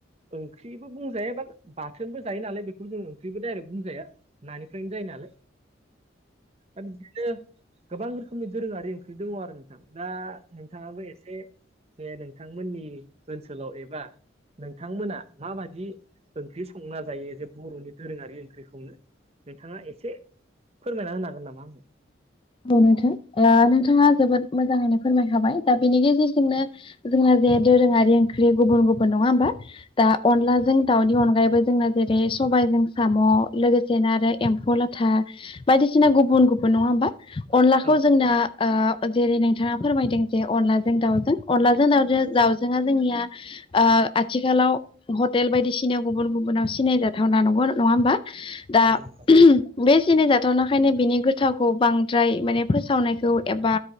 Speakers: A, on the right; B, on the left.
A: ओंख्रिबो बुंजाया बा बाथोनबो जायो नालाय बेखौ जों ओंख्रिबो दडाइरेक्ट बुंजाया नानिफ्रायनो जायो नालाय दा बिदिनो गोबां रोखोमनि दोरोङारि ओंख्रि दङ आरो नोंथां दा नोंथाङाबो एसे बे नोंथांमोननि ओनसोलाव एबा नोंथांमोना माबायदि ओंख्रि संना जायो जे बर'नि दोरोङारि ओंख्रिखौनो? नोंथाङा एसे फोरमायना होनो हागोन नामा आंनो?
B: औ नोंथां नोंथाङा जोबोद मोजाङैनो फोरमायखाबाय दा बेनि गेजेरजोंनो जोंना जे दोरोङारि ओंख्रि गुबुन गुबुन नङा होमबा? दा अनलाजों दाउनि अनगायैबो जोंना जेरै सबायाइजों साम' लोगोसे बिदिनो आरो एम्फौ लाथा बायदिसिना गुबुन गुबुन नङा होमबा? अनलाखौ
A: औ
B: जोंना ओ जेरै नोंथाङा फोरमायदों जे अनलाजों दाउजों अनलाजों दाउजों दाउजोंआ जोंनिया ओ आथिखालाव हटेल बायदिसिनायाव गुबुन गुबुनाव सिनाय जाथावना नंगौ नङा होमबा? दा
A: औ नंगौ
B: बे सिनायजाथावनाखायनो बिनि गोथावखौ बां द्राय माने फोसावनायखौ एबा